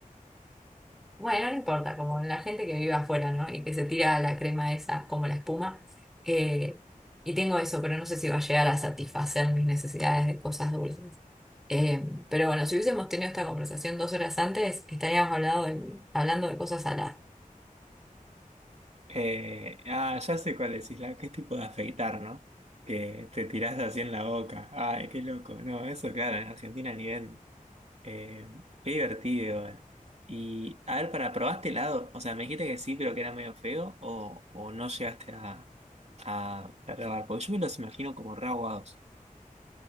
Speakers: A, in the centre; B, on the right.
A: Bueno, no importa, como la gente que vive afuera, ¿no? Y que se tira la crema esa como la espuma. eh, y tengo eso, pero no sé si va a llegar a satisfacer mis necesidades de cosas dulces. Eh, pero bueno, si hubiésemos tenido esta conversación dos horas antes, estaríamos hablado de- hablando de cosas saladas.
B: Eh, ah, ya sé cuál es, Isla, qué tipo de afeitar, ¿no? Que te tirás así en la boca. Ay, qué loco. No, eso, claro, en Argentina ni ven. Eh, qué divertido, igual. Y, a ver, para, ¿probaste helado? O sea, me dijiste que sí, pero que era medio feo, o, o no llegaste a, a grabar, porque yo me los imagino como re aguados.